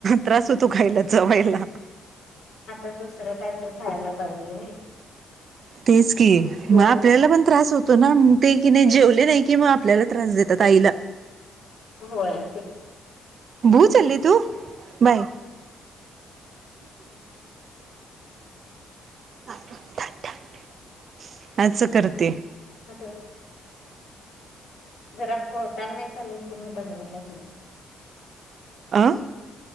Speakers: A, on the right; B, on the left.
A: त्रास होतो खायला चावायला
B: आता दुसरं काय तर खायला पाहिजे.
A: तेच की
B: पोट
A: मग आपल्याला पण त्रास होतो ना मग तेच की नाही जेवले नाही की मग आपल्याला त्रास देतात आईला
B: होय.
A: भुर चालली तू बाय. <unintelligible>
B: <unintelligible> जरा पोटाला खाल्ले की नाही दमवत नाहीत मग
A: आं